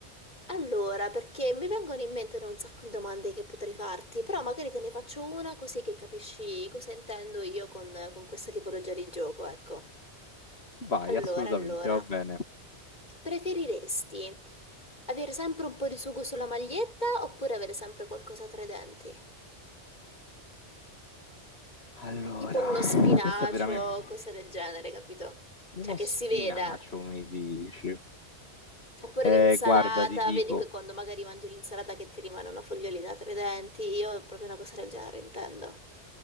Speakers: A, on the left; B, on the left.
A: Allora, perché mi vengono in mente da un sacco di domande che potrei farti, però magari te ne faccio una così che capisci cosa intendo io con, con questa tipologia di gioco, ecco.
B: Vai,
A: Allora,
B: assolutamente,
A: allora,
B: va bene.
A: preferiresti avere sempre un po' di sugo sulla maglietta oppure avere sempre qualcosa tra i denti?
B: Allora,
A: tipo uno spinacio,
B: questo è veramente
A: cose del genere, capito?
B: uno
A: Cioè che
B: spinacio,
A: si veda.
B: mi dici.
A: Oppure
B: Eh,
A: l'insalata,
B: guarda, ti dico,
A: vedi che quando magari mangi l'insalata che ti rimane una fogliolina tra i denti, io proprio una cosa del genere intendo.